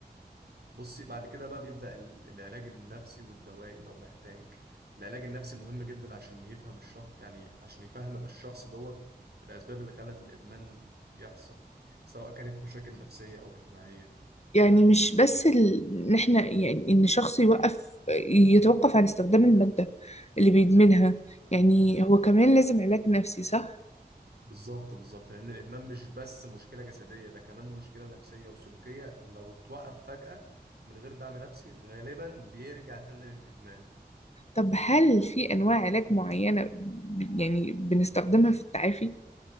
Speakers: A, on the right; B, on the left.
A: بصي بعد كده بقى بيبدأ ال- العلاج النفسي والدوائي لو محتاج العلاج النفسي مهم جدا عشان يفهم الشخص يعني عشان يفهم الشخص دوت الأسباب اللي خلت الإدمان يحصل سواء كانت مشاكل نفسية أو اجتماعية
B: يعني مش بس ال... إن إحنا يعني إن شخص يوقف يتوقف عن استخدام المادة اللي بيدمنها يعني هو كمان لازم علاج نفسي صح؟
A: بالظبط بالظبط لان الادمان مش بس مشكله جسديه ده كمان مشكله نفسيه وسلوكيه لو اتوقف فجاه من غير دعم نفسي غالبا بيرجع تاني للادمان
B: طب هل في أنواع علاج معينة ب- يعني بنستخدمها في التعافي؟